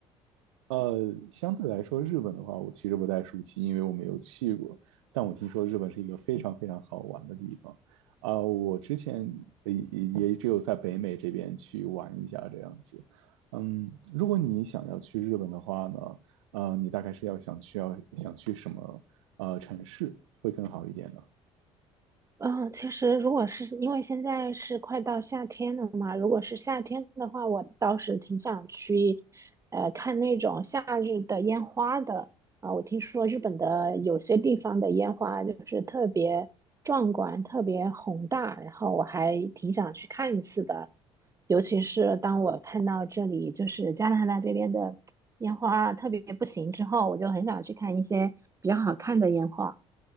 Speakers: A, on the right; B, on the right.
A: 呃，相对来说，日本的话，我其实不太熟悉，因为我没有去过。但我听说日本是一个非常非常好玩的地方，啊、我之前也也也只有在北美这边去玩一下这样子。嗯，如果你想要去日本的话呢，呃，你大概是要想去要想去什么呃城市会更好一点呢？
B: 嗯，其实如果是因为现在是快到夏天了嘛，如果是夏天的话，我倒是挺想去，呃，看那种夏日的烟花的。啊、我听说日本的有些地方的烟花就是特别壮观、特别宏大，然后我还挺想去看一次的。尤其是当我看到这里就是加拿大这边的烟花特别不行之后，我就很想去看一些比较好看的烟花。